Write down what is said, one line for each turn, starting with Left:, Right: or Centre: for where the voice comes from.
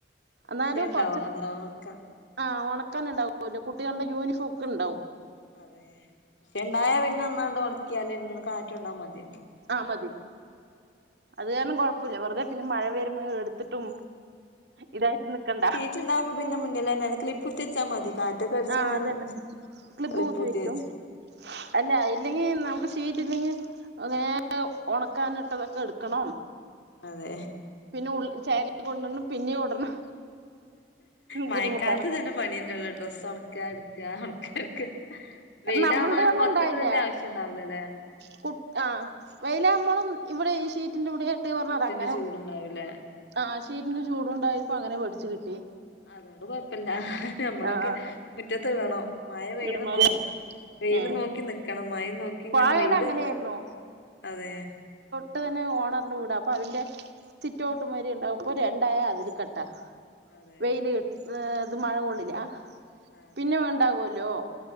Left: മിഷീൻ
Right: ന്നാലും
Left: ഉണ്ടാവോ
Right: കൊറച്ച
Left: അതോ ഒണക്ക
Right: ആഹ് ഒണക്കാൻ ഉണ്ടാവല്ലോ കുട്ടികൾടെ യൂണിഫോമക്കെ ഇണ്ടാവും
Left: അതെ പക്ഷെ ഇണ്ടായാ പിന്നെ ഒന്നാണ്ട് ഉണക്കിയല് ഇന്നൊന്ന് കാറ്റൊണ്ടാ മതിയല്ലേ
Right: ആഹ് മതി അത് കാരണം കൊഴപ്പമില്ല വെറുതെ പിന്നെ മഴ വരുമ്പോ എടുത്തിട്ടും ഇതായിട്ട് നിക്കണ്ട
Left: ച്ച് ണ്ടാവുമ്പൊ പിന്നെ മുന്നില മുന്നിലന്നെല്ലെ ക്ലി ത്തച്ചാ മതി കാറ്റ് ഒക്കെ അടച്ച്ണേന്
Right: ആഹ് അതന്നെ ക്ലിബ്
Left: ക്ലിപ്പുത്തിയച്ച്
Right: കുത്തി വെക്കും അല്ല ഇല്ലെങ്കിൽ നമുക്ക് സീറ്റ് ഇല്ലെങ്കിൽ ഇങ്ങന ഒണക്കാനിട്ടതൊക്കെ എടുക്കണം
Left: അതെ
Right: പിന്നെ ഉള് ചേ കൊണ്ടുന്ന് പിന്നീ ഇടണം
Left: മഴക്കാലത്ത്
Right: ബുദ്ധിമുട്ടാണ്
Left: ഇതന്നെ പണിയന്നൊള്ളു ഡ്രസ്സ് ഒണക്ക എടുക്ക ഒണക്ക എടുക്ക വെയിലാകുമ്പം
Right: അത് നമ്മളുടെ
Left: അങ്ങനെ
Right: ഒന്നും
Left: പൊറത്ത്ക്ക്
Right: ഉണ്ടായില്ല
Left: ഇടെണ്ട ആവശ്യം ഇണ്ടാവുലലേ.
Right: കു ആ വെയിലാമ്പളും ഇവിടെ ഈ ഷീറ്റിന്റെ കൂടെ <unintelligible> പറഞ്ഞ
Left: ഷീറ്റിന്റെ
Right: അതങ്ങനെ
Left: ചൂടുണ്ടാവൂലേ
Right: ആ ശീറ്റിന് ചൂടുണ്ടായിപ്പോ അങ്ങനെ പടിച്ചു കിട്ടി.
Left: അതോണ്ട് കൊഴപ്പില്ല. നമ്മളൊക്കെ
Right: ആഹ് ആഹ്
Left: മുറ്റത്ത് ഇടണം. മഴ പെയ്യ്ണ
Right: ഇടുന്നോലെ
Left: നോ വെയില്
Right: ഏഹ്
Left: നോക്കി നിക്കണം. മയിം നോക്കി ഇങ്ങനെ
Right: പായോന്
Left: വെയില്
Right: അങ്ങനെയായിരുന്നു
Left: ഇന്ന് അതെ.
Right: ഇട്ട് തന്നെ ഓണറിന് കൂടെ. അപ്പൊ അയ്ന്റെ സിറ്റ് ഔട്ട് മാരി ഉണ്ടാവ് ഇപ്പം രണ്ടായ അയ്ല് കെട്ടാ.
Left: അതെ
Right: വെയ്ൽ ഇത് മഴ കൊള്ളില്ല.
Left: അതെ
Right: പിന്നെ ഉണ്ടാകോലോ.